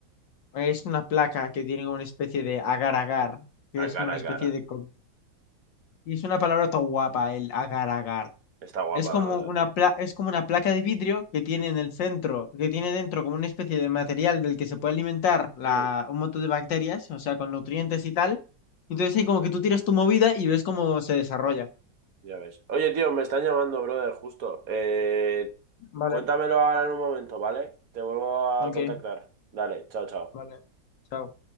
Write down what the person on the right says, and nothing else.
A
cara
a cara.
Está guapa,
la verdad.
Hmm.
Ya ves. Oye, tío, me están llamando, brother, justo. Eh,
cuéntamelo ahora en un momento, ¿vale? Te vuelvo
a contactar. Dale, chao, chao.